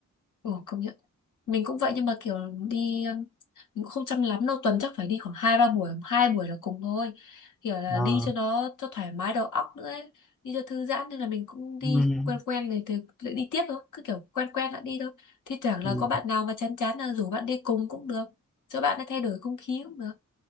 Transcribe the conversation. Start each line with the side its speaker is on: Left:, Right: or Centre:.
Left: Ồ, công nhận. Mình cũng vậy nhưng mà kiểu đi um, mình cũng không chăm lắm đâu tuần chắc phải đi khoảng hai ba buổi hai buổi là cùng thôi kiểu là
Centre: Ờ,
Left: đi cho nó cho thoải mái đầu óc nữa ấy. đi cho thư giãn nên là mình cũng đi
Centre: ừm,
Left: quen quen này thì lại đi tiếp thôi cứ kiểu quen quen đã đi thôi thi thoảng là
Centre: ừm.
Left: có bạn nào mà chán chán là rủ bạn đi cùng cũng được cho bạn ấy thay đổi không khí cũng được